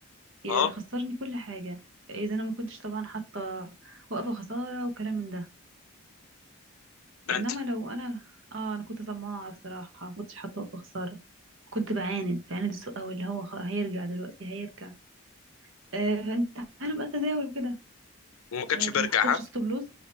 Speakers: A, on the right (about 65°); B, on the left (about 80°).
A: يا-
B: اه
A: خسرني كل حاجة اذا انا ما كنتش طبعا حاطة وقفة خسارة وكلام من ده
B: ده
A: انما
B: انت
A: لو انا اه انا كنت طماعة بصراحة ما كنتش حاطة وقفة خسارة كنت بعاند بعاند السوق قوي اللي هو خ- هيرجع دلوقتي هيرجع آه فانت عارف بقى التداول كده
B: <laughs> وما كانش
A: آه،
B: بيرجع
A: لو ما حطيتش
B: ها
A: ستوب لوز